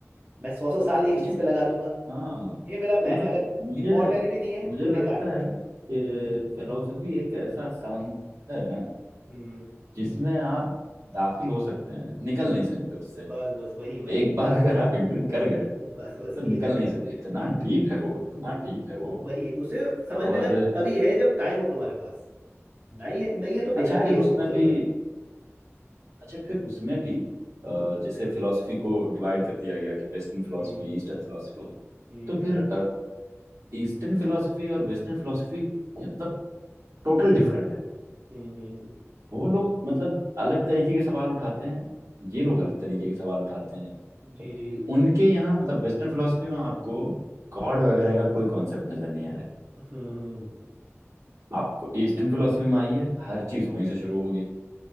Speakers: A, on the right (about 35°); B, on the right (about 80°).
A: मैं सौ सौ साल एक
B: अच्छा
A: चीज़
B: फिल्म
A: पे लगा दूंगा
B: हाँ
A: ये मेरा प्लान
B: मतलब
A: है अगर
B: मुझे
A: इमोर्टैलिटी नहीं है
B: मुझे
A: तो
B: लगता
A: बेकार है
B: है कि फिलोसफी एक ऐसा समंदर है ना
A: हम्म
B: जिसमें आप दाखिल हो सकते हैं निकल नहीं सकते उससे
A: बस बस वही वही
B: एक बार अगर आप एंटर कर गए
A: बस बस
B: तो निकल
A: यही दिक्कत
B: नहीं सकते
A: है
B: इतना डीप है वो इतना डीप है वो
A: वही उसे समझने
B: और
A: का तभी है जब टाइम हो तुम्हारे पास नहीं है नहीं है तो बेकार
B: अच्छा फिर
A: ही है
B: उसमें
A: इसमें घुसो
B: भी
A: ही मत
B: अच्छा फिर उसमें भी अ, जैसे फिलोसफी को डिवाइड कर दिया गया कि वेस्टर्न फिलोसफी
A: हम्म
B: ईस्टर्न फिलोसफी
A: हम्म
B: तो फिर ईस्टर्न फिलोसफी और वेस्टर्न फिलोसफी मतलब टोटल डिफरेंट है
A: हम्म हम्म, हम्म,
B: वो लोग मतलब अलग तरीके के सवाल उठाते हैं ये लोग अलग तरीके के सवाल उठाते हैं
A: जी जी
B: उनके यहाँ मतलब वेस्टर्न फिलोसफी में आपको गॉड वगैरह का कोई कॉन्सेप्ट नजर नहीं आएगा
A: हम्म
B: आपको ईस्टर्न फिलोसफी में आइए हर चीज वहीं से शुरू होगी